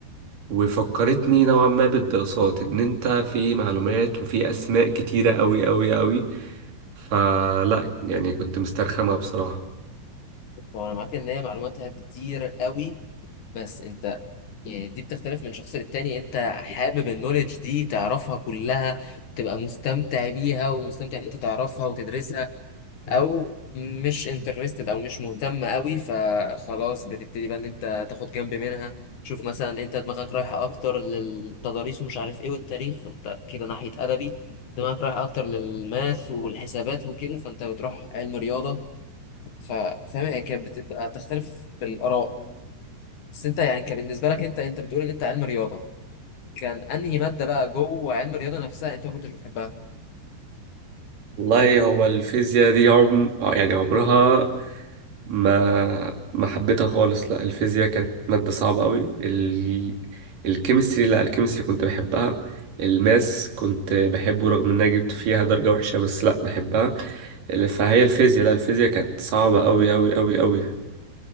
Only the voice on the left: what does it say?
وانا معاك ان هي معلوماتها كتير قوي بس انت يعني دي بتختلف من شخص للتاني انت حابب النولج دي تعرفها كلها تبقى مستمتع بيها ومستمتع ان انت تعرفها وتدرسها او مش انترستد او مش مهتم قوي فخلاص بتبتدي بقى ان انت تاخد جنب منها تشوف مثلا انت دماغك رايحه اكتر للتضاريس ومش عارف ايه والتاريخ فانت كده ناحيه ادبي دماغك رايحه اكتر للماث والحسابات وكده فانت بتروح علم رياضه ففاهم هي كانت بتبقى تختلف بالاراء بس انت يعني كان بالنسبه لك انت انت بتقول ان انت علم رياضه كان انهي ماده بقى جوه علم الرياضه نفسها انت ما كنتش بتحبها